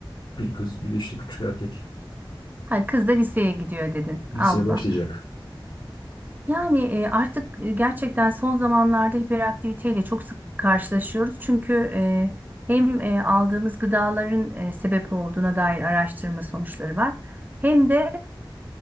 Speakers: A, on the left (about 70°); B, on the right (about 20°).
A: Bir kız, bir de işte küçük erkek.
B: Ha, kız da liseye gidiyor dedin.
A: Liseye
B: Abla.
A: başlayacak.
B: Yani e, artık e, gerçekten son zamanlarda hiperaktiviteyle çok sık karşılaşıyoruz. Çünkü e, hem e, aldığımız gıdaların e, sebep olduğuna dair araştırma sonuçları var. Hem de